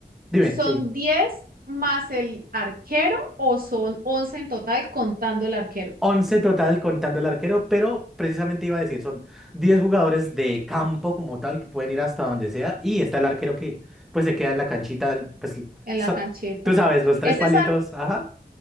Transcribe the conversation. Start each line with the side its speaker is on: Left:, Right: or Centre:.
Centre: dime,
Right: son
Centre: sí,
Right: 10 más el arquero o son 11 en total contando el arquero
Centre: once total contando el arquero, pero precisamente iba a decir, son 10 jugadores de campo como tal que pueden ir hasta donde sea y está el arquero que pues se queda en la canchita, pues
Right: en
Centre: sa-
Right: la cancheta.
Centre: tú sabes, los tres
Right: Ese
Centre: palitos,
Right: sale,
Centre: ajá.